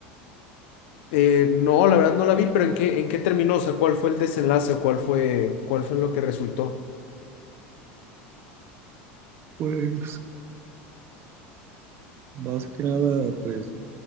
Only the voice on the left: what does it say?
Eh, no, la verdad no la vi, pero ¿en qué, en qué terminó? O sea, ¿cuál fue el desenlace o cuál fue, cuál fue lo que resultó?